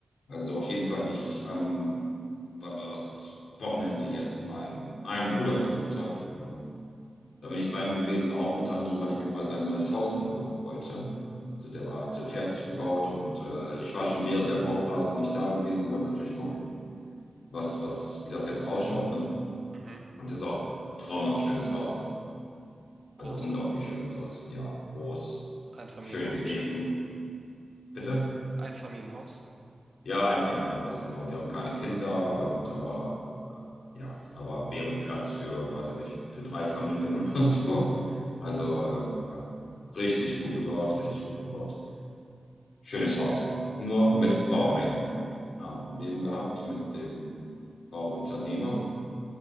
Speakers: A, on the left; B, on the right.
A: Also auf jeden Fall, wie ich am, wann war das Wochenende jetzt, meinen einen Bruder besucht habe. Ähm, da bin ich bei ihm gewesen, auch unter anderem, weil ich mir mal sein neues Haus angucken wollte. Also der war, hatte fertig gebaut und äh, ich war schon während der Bauphase nicht da gewesen, wollte natürlich gucken, was, was, wie das jetzt ausschaut, ne?
B: Mhm.
A: Und ist auch traumhaft schönes Haus.
B: Groß.
A: Also unglaublich schönes Haus. Ja, groß,
B: Einfamilienhaus
A: schön gelegen.
B: wahrscheinlich.
A: Bitte?
B: Einfamilienhaus.
A: Ja, Einfamilienhaus, genau. Die haben keine Kinder und aber äh, ja, aber wäre Platz für, weiß ich nicht, für drei Familien <laughs> oder so. Also äh, ja, richtig gut gebaut, richtig gut gebaut. Schönes Haus. Nur
B: Cool.
A: mit Baumängeln. Wir haben Probleme gehabt mit dem Bauunternehmer